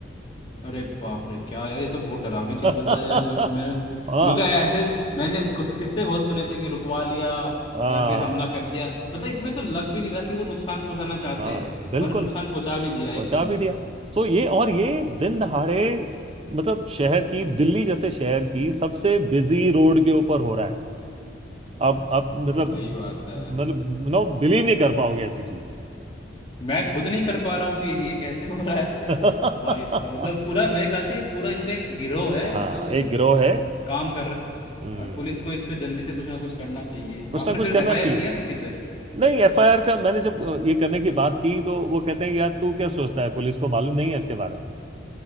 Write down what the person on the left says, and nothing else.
अरे बाप रे क्या यार ये तो बहुत डरावनी चीज
बताया यार मैं मैं-
मेरे को ऐसे मैंने कुछ किस्से बहुत सुने थे कि रुकवा लिया
या फिर हमला कर दिया मतलब इसमें तो लग भी नहीं रहा कि वो नुकसान पहुंचाना चाहते
हैं
और नुकसान पहुंचा भी दिया एकदम
सही बात है
मैं खुद नहीं कर पा रहा हूँ कि ये कैसे हो रहा है
भाई साहब मतलब पूरा मेरे ख्याल से ये पूरा इनका एक गिरोह है
जो
काम कर रहा है
और पुलिस को इस पे जल्दी से कुछ ना कुछ करना चाहिए
आपने
फिर
एफआईआर
किया किसी पे